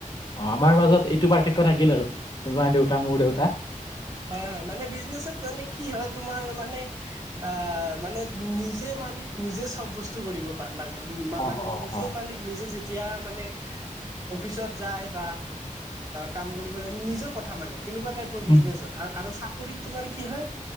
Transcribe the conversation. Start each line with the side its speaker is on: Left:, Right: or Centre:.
Left: অ', আমাৰ মাজত, এইটো পাৰ্থক্য থাকিল, আৰু, তোমাৰ দেউতা, মোৰ দেউতা।
Right: হয়, হয়। মানে, বিজনেছত, মানে, কি হয়, তোমাৰ, মানে। আহ, মানে, নিজে মালিক, নিজে, চব বস্তু কৰিব, <unintelligible>
Left: অ',
Right: মানে,
Left: অ',
Right: নিজে
Left: অ'।
Right: মালিক, নিজে, যেতিয়া, মানে অফিচত যায়, বা, কাম কৰিব যায়, নিজৰ কথা, মানে, তেনেকুৱা টাইপৰ,
Left: উম,
Right: বিজনেছত। আৰু, চাকৰিত, তোমাৰ, কি হয়।